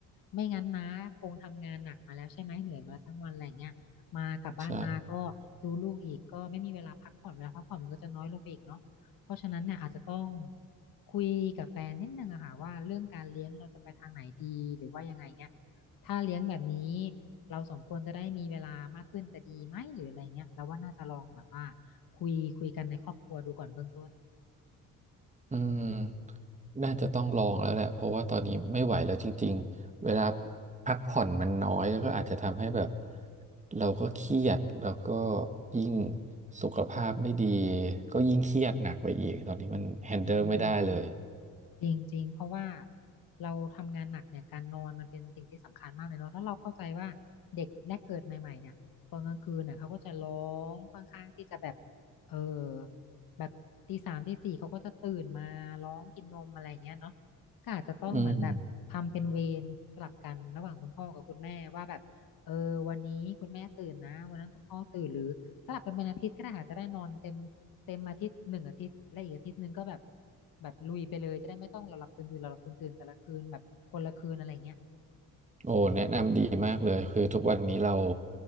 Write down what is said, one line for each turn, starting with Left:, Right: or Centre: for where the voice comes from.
Left: ไม่งั้นนะคงทำงานหนักมาแล้วใช่ไหมเหนื่อยมาแล้วทั้งวันอะไรเงี้ยมากลับบ้านมาก็ดูลูกอีกก็ไม่มีเวลาพักผ่อนเวลาพักผ่อนมันก็จะน้อยลงไปอีกเนาะเพราะฉะนั้นเนี่ยอาจจะต้อง
Right: ใช่
Left: คุยกับแฟนนิดนึงอะค่ะว่าเรื่องการเลี้ยงเราจะไปทางไหนดีหรือว่ายังไงเงี้ยถ้าเลี้ยงแบบนี้ เราสองคนจะได้มีเวลามากขึ้นจะดีไหมหรืออะไรเงี้ยเราว่าน่าจะลองแบบว่าคุยคุยกันในครอบครัวดูก่อนเบื้องต้น
Right: อืมน่าจะต้องลองแล้วแหละเพราะว่าตอนนี้ไม่ไหวแล้วจริงๆ เวลาพักผ่อนมันน้อยแล้วก็อาจจะทำให้แบบเราก็เครียดแล้วก็ยิ่งสุขภาพไม่ดีก็ยิ่งเครียดหนักไปอีกตอนนี้มันแฮนเดิลไม่ได้เลย
Left: อืม จริงจริงเพราะว่าเราทำงานหนักเนี่ยการนอนมันเป็นสิ่งที่สำคัญมากเลยเนาะแล้วเราเข้าใจว่าเด็กแรกเกิดใหม่ๆเนี่ยตอนกลางคืนเนี่ยเขาก็จะร้องค่อนข้างที่จะแบบเออแบบตีสามตีสี่เขาก็จะตื่นมาร้องกินนมอะไรอย่างเงี้ยเนาะก็อาจจะต้องเหมือนแบบทำเป็นเวรสลับกันระหว่างคุณพ่อกับคุณแม่ว่าแบบเออวันนี้คุณแม่ตื่นนะวันนั้นคุณพ่อตื่นหรือสลับกันเป็นอาทิตย์ก็ได้ค่ะจะได้นอนเต็ม
Right: อืม
Left: เต็มอาทิตย์หนึ่งอาทิตย์และอีกอาทิตย์หนึ่งก็แบบแบบลุยไปเลยจะได้ไม่ต้องหลับๆตื่นๆหลับๆตื่นๆแต่ละคืนแบบคนละคืนอะไรเงี้ย
Right: โอ้แนะนำดีมากเลยคือทุกวันนี้เรา